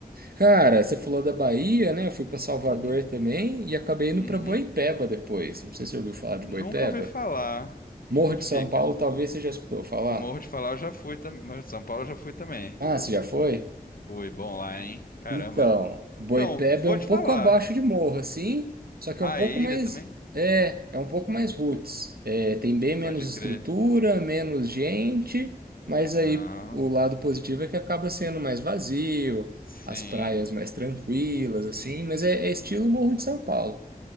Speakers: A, on the right (about 80°); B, on the left (about 70°).
A: Cara, você falou da Bahia, né? Eu fui para Salvador
B: Uhum,
A: também e acabei indo
B: uhum.
A: para Boipeba depois. Não sei se você ouviu falar de
B: Nunca
A: Boipeba.
B: ouvi falar.
A: Morro
B: Onde
A: de
B: fica?
A: São Paulo, talvez você já escutou falar.
B: Morro de falar, eu já fui também. Morro de São Paulo, eu já fui também.
A: Ah, você já foi?
B: Fui bom lá, hein? Caramba.
A: Então, Boipeba
B: Então, vou
A: é um
B: te
A: pouco
B: falar.
A: abaixo de Morro, assim, só que
B: A
A: é um pouco
B: ilha
A: mais,
B: também?
A: é, é um pouco mais roots. É, tem bem menos
B: Pode crer.
A: estrutura, menos gente, mas
B: Ah,
A: aí o lado positivo é que acaba sendo mais vazio,
B: sim.
A: as praias mais tranquilas, assim, mas é, é estilo Morro de São Paulo.